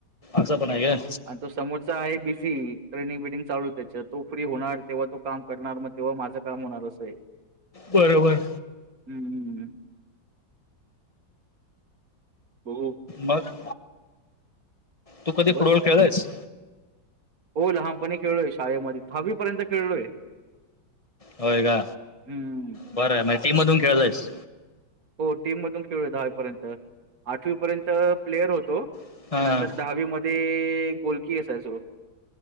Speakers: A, on the left (about 20°); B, on the right (about 50°).
A: आस पण आहे ग
B: आणि तो समोरचा आहे बिझी ट्रेनिंग बिनिंग चालू त्याच तो फ्री होणार तेव्हा तो काम करणार मग हो माझं काम होणारच आहे
A: बरोबर
B: हम् हम् बहू
A: मग तू कधी
B: बस
A: फुटबॉल खेळलायस
B: हो लहानपणी खेळलोय शाळेमध्ये भावीपर्यंत खेळलोय
A: होय का
B: हम्म
A: बरं आहे म टीम मधून खेळ जायस
B: हो टीम मधून खेळूया दहावीपर्यंत आठवीपर्यंत प्लेयर होतो
A: हां
B: नंतर दहावी मध्ये गोलकी असायचो